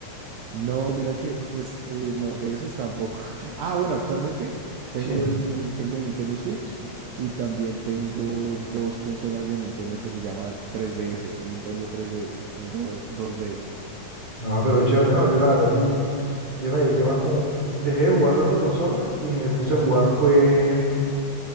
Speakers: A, on the right (about 80°); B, on the right (about 50°).
A: No, mira que, pues, eh, no, de esos tampoco. <laughs> Ah, bueno, actualmente tengo
B: Sí.
A: el, tengo el Nintendo Switch y también tengo dos consolas de Nintendo que se llaman 3DS, Nintendo 3DS. Tengo do- dos de esas.
B: No, pero chévere, no, yo la verdad sí, yo me dediqué más como, dejé de jugar tanto consola y me puse a jugar fue,